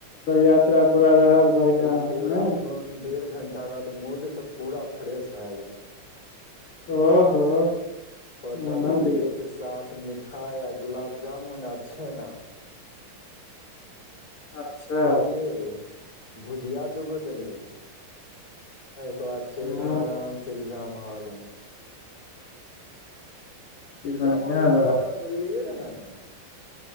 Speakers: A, on the left; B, on the left.
A: तब यात्रा पूरा रहल बढ़िया
B: आय एके
A: अहाँके
B: बेरा
A: ने
B: उठलहुँ डेढ़ घंटाके बाद मूड तऽ पूरा फ्रेश भए गेल
A: ओहो
B: ओतऽ
A: आनन्द
B: पहुँचे
A: य
B: के साथ मिठाइ आ गुलाब जामुन आ छेना
A: अच्छा
B: देलियै भुजिया दूगो देलियै ओइके बाद चलि
A: हँ
B: गेलहुँ आराम सँ एग्जाम हौल मऽ एग्जाम
A: बढ़िया
B: हॉल मे
A: रहल
B: तऽ अहाँ हमरा मिललियै रहे न